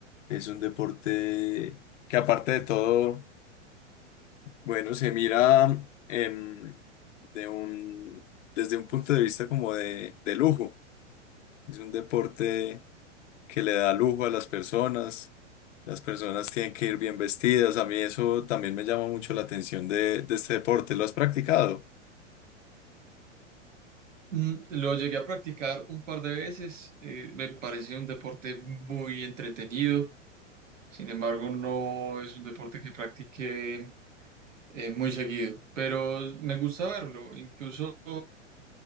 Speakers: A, on the left; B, on the right.
A: es un deporte que aparte de todo, bueno, se mira em, de un, desde un punto de vista como de, de lujo, es un deporte que le da lujo a las personas. Las personas tienen que ir bien vestidas. A mí eso también me llama mucho la atención de, de este deporte. ¿Lo has practicado?
B: Mm, Lo llegué a practicar un par de veces, eh, me parece un deporte muy entretenido, sin embargo no es un deporte que practique eh, muy seguido, pero me gusta verlo, incluso